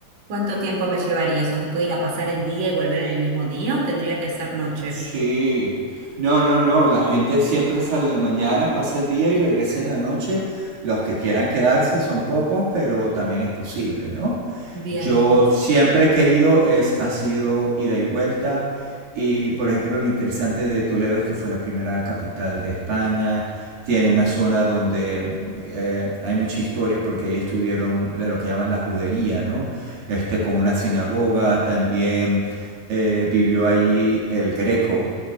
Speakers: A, on the right; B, on the right.
A: ¿Cuánto tiempo me llevaría? O sea, ¿se puede ir a pasar el día y volver en el mismo día o tendría que hacer noche?
B: Sí. No, no, no. La gente siempre sale en la mañana, pasa el día y regresa en la noche. Los que quieran quedarse son pocos, pero también es posible, ¿no?
A: Bien,
B: Yo siempre que he ido es, ha sido ida y vuelta. Y por ejemplo, lo interesante de Toledo es que fue la primera capital de España. Tiene una zona donde eh, hay mucha historia porque ahí estuvieron la- lo que llaman la judería, ¿no? Este, con una sinagoga, también eh, vivió allí el Greco.